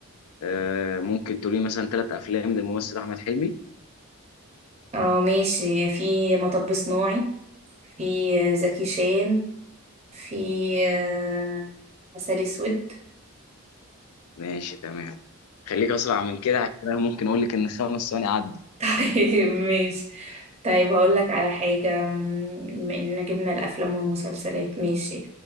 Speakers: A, on the left (about 80°); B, on the right (about 30°).
A: آه ممكن تقولي مثلا ثلاث افلام للممثل احمد حلمي
B: اه ماشي في مطب صناعي في زكي شان في آه، عسل اسود
A: ماشي تمام خليك اسرع من كده عشان أنا ممكن اقول لك ان الخمس ثواني عدى
B: <laughs> طيب ماشي طيب هقول لك على حاجة م- بما اننا جبنا الافلام والمسلسلات ماشي